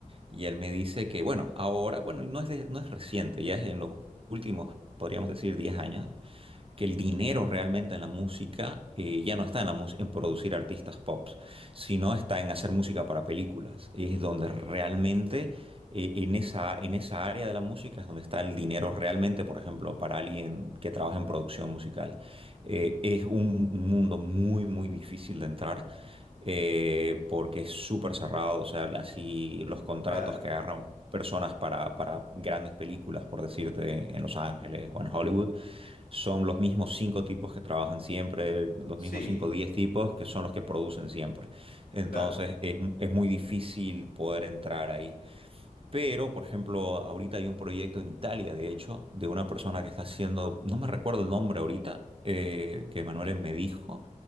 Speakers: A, on the right; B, on the left.
A: y él me dice que, bueno, ahora, bueno, y no es, de- no es reciente, ya es en los últimos, podríamos decir, 10 años, que el dinero realmente en la música eh, ya no está en, la mus- en producir artistas pop, sino está en hacer música para películas. Es donde realmente, eh, en esa, en esa área de la música es donde está el dinero realmente, por ejemplo, para alguien que trabaja en producción musical. Eh, es un mundo muy, muy difícil de entrar. eh, porque es súper cerrado, o sea, así los contratos
B: Claro.
A: que agarran personas para, para grandes películas, por decirte, en Los Ángeles o en Hollywood, son los mismos cinco tipos que trabajan siempre, los
B: Sí,
A: mismos cinco o diez tipos que son los que producen siempre. Entonces
B: claro.
A: es, es muy difícil poder entrar ahí. Pero, por ejemplo, ahorita hay un proyecto en Italia, de hecho, de una persona que está haciendo, no me recuerdo el nombre ahorita, eh, que Manuel me dijo,